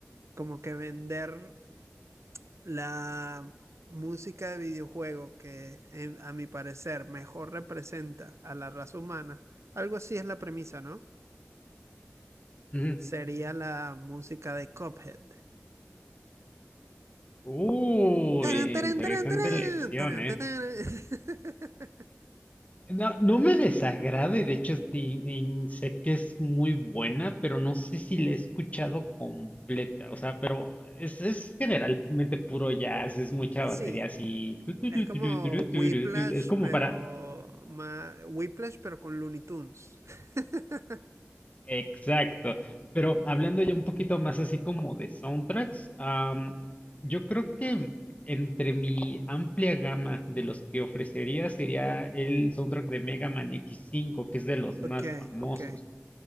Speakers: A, on the right (about 80°); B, on the left (about 30°).
A: como que vender la música de videojuego que en- a mi parecer mejor representa a la raza humana, algo así es la premisa, ¿no?
B: ujú.
A: Sería la música de Cuphead.
B: Uy,
A: Tarán, tarán,
B: interesante
A: tarán, tarán,
B: elección,
A: tarán,
B: ¿eh?
A: tarán. tarán! <laughs>
B: No, no me desagrada y de hecho sí, y sé que es muy buena, pero no sé si la he escuchado completa. O sea, pero es, es generalmente puro jazz, es mucha
A: Sí,
B: batería así. tu, tu,
A: es
B: tu,
A: como
B: tu, tu, tu,
A: Whiplash,
B: tu, tu, tu, tu, Es como
A: pero
B: para...
A: más Whiplash, pero con Looney Tunes. <laughs>
B: Exacto. Pero hablando ya un poquito más así como de soundtracks, am, yo creo que entre mi amplia gama de los que ofrecería sería el soundtrack de Mega Man x cinco que es de los más
A: Ok,
B: famosos.
A: ok.